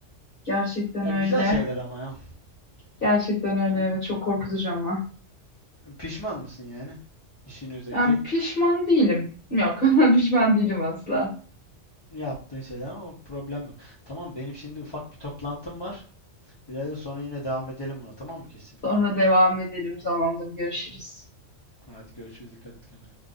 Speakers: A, on the left (about 50°); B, on the left (about 25°).
A: Gerçekten
B: Ya
A: öyle.
B: güzel şeyler ama ya.
A: Gerçekten öyle
B: M-
A: ve çok korkutucu ama.
B: Pişman mısın yani? İşin özeti.
A: Ben pişman değilim. Yok, <laughs> pişman değilim asla.
B: Yaptığın şeyler ama problem yok. Tamam benim şimdi ufak bir toplantım var. İleride sonra yine devam edelim buna tamam mı kesinlikle?
A: Sonra devam edelim. Tamamdır, görüşürüz.
B: Hadi görüşürüz dikkat et kendine.